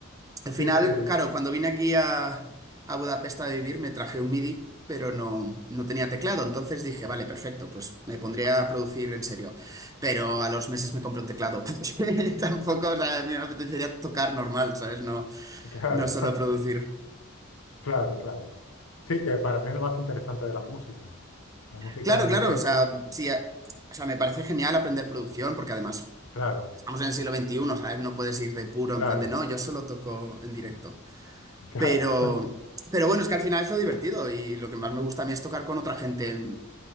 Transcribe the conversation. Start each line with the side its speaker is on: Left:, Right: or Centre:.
Right: Al
Left: sí,
Right: final,
Left: sí,
Right: claro, cuando vine aquí a, a Budapest a vivir me traje un MIDI, pero no, no tenía teclado, entonces dije, vale, perfecto, pues me pondría a producir en serio, pero a los meses me compré un teclado, <laughs> porque tampoco, o sea, me apetecería tocar normal, ¿sabes? No,
Left: <laughs> claro,
Right: no solo
Left: <laughs>
Right: producir.
Left: claro, claro. Sí, que para mí es lo más interesante de la música. La música
Right: Claro,
Left: en
Right: claro,
Left: directo,
Right: o sea, sí, a- o sea, me parece genial aprender producción, porque además
Left: claro,
Right: vamos en el siglo XXI, ¿sabes? No puedes ir de puro
Left: claro,
Right: en plan de no, yo solo toco en directo.
Left: <laughs> claro.
Right: Pero,
Left: <laughs>
Right: pero bueno, es que al final es lo divertido y lo que más me gusta a mí es tocar con otra gente en,